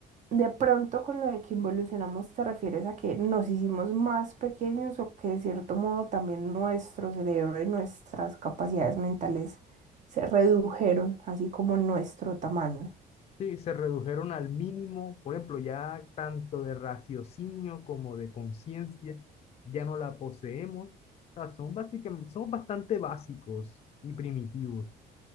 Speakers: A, on the right (about 45°); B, on the left (about 40°).
A: de pronto con lo de que involucionamos te refieres a que nos hicimos más pequeños o que de cierto modo también nuestro cerebro y nuestras capacidades mentales se redujeron, así como nuestro tamaño.
B: Sí, se redujeron al mínimo, por ejemplo, ya tanto de raciocinio como de conciencia, ya no la poseemos. O sea, son básicamente, somos bastante básicos y primitivos.